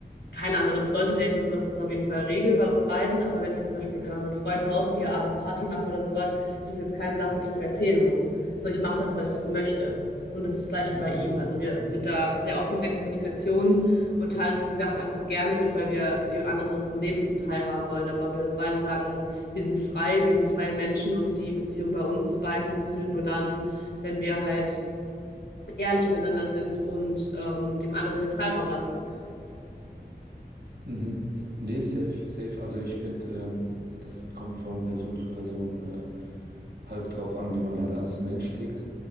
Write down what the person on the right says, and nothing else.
Mhm.
Mhm. Nee, safe, safe. Also ich finde, ähm, das kommt von Person zu Person äh, halt drauf an, wie man halt als Mensch tickt.